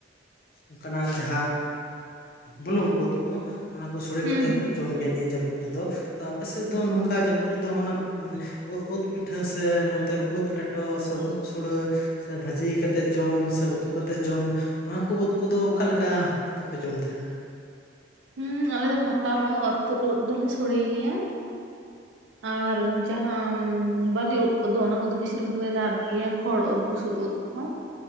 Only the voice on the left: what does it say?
ᱚᱱᱠᱟᱱᱟᱜ ᱡᱟᱦᱟᱸ ᱵᱩᱞᱩᱝ ᱩᱫ ᱠᱚ ᱚᱱᱟᱠᱩ ᱥᱳᱲᱮ
ᱠᱟᱛᱮᱫ ᱦᱚᱸᱠᱚ
ᱡᱚᱢ ᱜᱮ ᱱᱤᱭᱟᱹ ᱡᱟᱹᱯᱩᱫ ᱨᱮᱫᱚ ᱛᱚ ᱟᱯᱮ ᱥᱮᱫ ᱫᱚ ᱱᱚᱝᱠᱟ ᱡᱟᱹᱯᱩᱫ ᱨᱮᱫᱚ ᱦᱚᱱᱟ ᱱᱤ ᱩᱛ ᱯᱤᱴᱷᱟᱹ ᱥᱮ ᱱᱚᱛᱮ ᱩᱫ ᱞᱮᱴᱚ ᱥᱮ ᱩᱫ ᱥᱩᱲᱟᱹ ᱥᱮ ᱵᱷᱟᱹᱡᱤ ᱠᱟᱛᱮᱫ ᱡᱚᱢ ᱥᱮ ᱩᱛᱩ ᱠᱟᱛᱮᱫ ᱡᱚᱢ? ᱱᱚᱣᱟ ᱠᱚ ᱩᱫ ᱠᱚᱫᱚ ᱚᱠᱟ ᱞᱮᱠᱟ ᱠᱟᱛᱮᱫ ᱯᱮ ᱡᱚᱢ ᱛᱟᱸᱦᱮᱱᱟ?